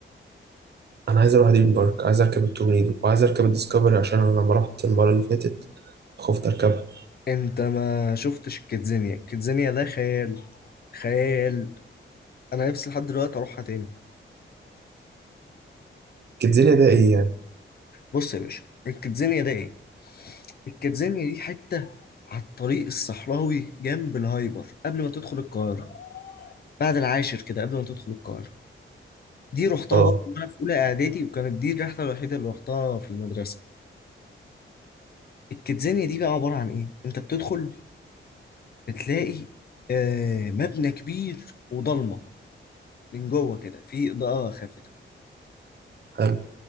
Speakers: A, on the right; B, on the left.
A: انا عايز اروح دريم بارك عايز اركب التورنيدو وعايز اركب الديسكفري عشان انا لما رحت المره اللي فاتت خفت اركبها
B: انت ما شفتش الكيدزانيا الكيدزانيا ده خيال خيال انا نفسي لحد دلوقتي اروحها تاني
A: كيدزانيا ده ايه يعني
B: بص يا باشا الكيدزانيا ده ايه الكيدزانيا دي حتة على الطريق الصحراوي جنب الهايبر قبل ما تدخل القاهرة بعد العاشر كده قبل ما تدخل القاهرة دي رحتها
A: اه
B: برضه وانا في اولى اعدادي وكانت دي الرحله الوحيده اللي رحتها في المدرسه الكيدزانيا دي بقى عبارة عن إيه؟ أنت بتدخل بتلاقي آه مبنى كبير وضلمة من جوه كده في إضاءة خافتة.
A: حلو